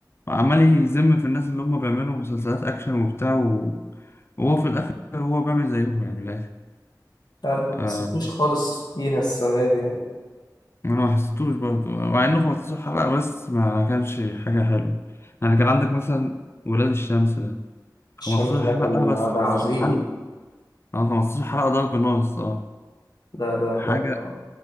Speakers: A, on the left; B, on the left.
A: وعمال يذم في الناس اللي هم بيعملوا مسلسلات اكشن وبتاع و... وهو في الاخر هو بيعمل زيهم يعني من الاخر
B: مش عارف ما
A: آه،
B: حسيتوش خالص فيها السنة دي يعني
A: انا ما حسيتوش برضه مع انه 15 حلقه بس ما كانش حاجه حلوه يعني كان عندك مثلا ولاد الشمس ده 15
B: الشمس ده
A: حلقه
B: كان
A: بس 15
B: ده عظيم
A: حلقه اه 15 حلقه ضرب نار الصراحه
B: ده ده
A: حاجه
B: ده آه،